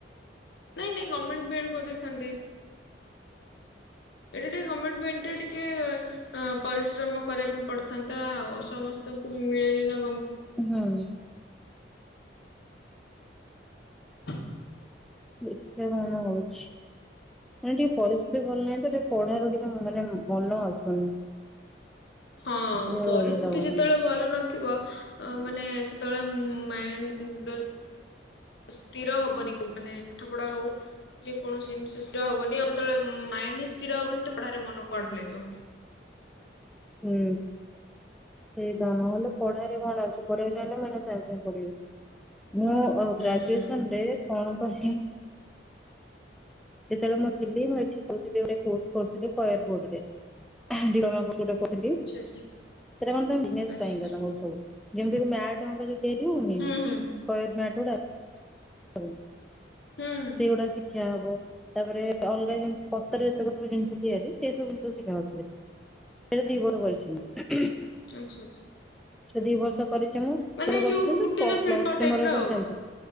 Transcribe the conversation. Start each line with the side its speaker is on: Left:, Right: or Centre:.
Left: ନାଇଁ ନାଇଁ ଗଭର୍ଣମେଣ୍ଟ ବିଡ କରିଦେଇଥାନ୍ତି ଏଇଟା ଟିକେ ଗଭର୍ଣ୍ମେଣ୍ଟ ରେ ଟିକେ ଅ ପରିଶ୍ରମ କରିବା ପାଇଁ ପଡିଥାନ୍ତା ଆଉ ସମସ୍ତଙ୍କୁ ମିଳିନି ନ
Centre: ହୁଁ
Left: <unintelligible>
Centre: ଦେଖିବା କଣ ହଉଛି? ଆଜ୍ଞା ପରିସ୍ଥିତି ଭଲ ନାହିଁ ତ ଟିକେ ପଢାରେ ଟିକେ ମାନେ ମନ ଆସୁନି
Left: ହଁ
Centre: ଯୋଉ
Left: ପରିସ୍ଥିତି
Centre: ଇଏ ଲାଗୁନି
Left: ଯେତେବେଳେ ଭଲ ନଥିବ ମାନେ ସେତେ ସେତେବେଳେ ମାଇଣ୍ଡ ସ୍ଥିର ହବନି ମାନେ ପାଠ ପଢା ହଉ ଯେକୌଣସି ଜିନିଷ ସ୍ଥିର ହବନି ଆଉଯେବେଳେ ମାଇଣ୍ଡ ହିଁ ସ୍ଥିର ହବନି ତ ପଢାରେ ମନ କୁଆଡୁ ଲାଗିବ।
Centre: ହୁଁ। ସେଇଟା ନହଲେ ପଢେଇରେ କଣ ଅଛି ପଢିବାକୁ ଚାହିଁଲେ ମୁଁ ଏଇନା ସାଙ୍ଗେ ସାଙ୍ଗେ ପଢ଼ିବି। ମୁଁ ଉଁ
Left: ହୁଁ
Centre: ଗ୍ରାଜୁଏସନ ରେ କଣ କଲି ଯେତେବେଳେ ମୁଁ ଥିଲି ମୁଁ ଏଠି କରୁଥିଲି ଗୋଟେ କୋର୍ସ କରୁଥିଲି କୟାର ବୋର୍ଡ ରେ <unintelligible> ସେଠୀ ସେଠୀ
Left: ଆଚ୍ଛା ଆଚ୍ଛା
Centre: କଣ ତମେ ବିଜନେସ
Left: ଆଚ୍ଛା
Centre: ପାଇଁକା ତମର ସବୁ ଯେମିତି ମ୍ୟାଟ ହେଙ୍କା ଡ଼େରିହଉନି
Left: ହୁଁ
Centre: <unintelligible>
Left: ହୁଁ
Centre: ମ୍ୟାଟ ଗୁଡା ହଉ
Left: ହୁଁ ହୁଁ
Centre: ସେଗୁଡା ଶିକ୍ଷା ହବ ତାପରେ ଅଲଗା ଜିନିଷ ପତର ଯେତକ ସବୁ ଜିନିଷ ତିଆରି ସେ ସବୁ ଜିନିଷ ଶିଖାଯାଉଥିଲା। ଦି <unintelligible>
Left: ଆଚ୍ଛା ଆଚ୍ଛା
Centre: ସେ ଦି ବର୍ଷ କରିଚି ମୁଁ
Left: ମାନେ
Centre: ଯେବେଳେ କରିଥିଲି
Left: ଯୋଉ କୁଟୀର
Centre: ପ୍ଲ
Left: ଶିଳ୍ପ
Centre: ପ୍ଲସ ଥ୍ରୀ
Left: ଟାଇପ
Centre: ମୋର
Left: ର
Centre: ଏପଟେ
Left: ଆଉ
Centre: ଚାଲିଥିଲା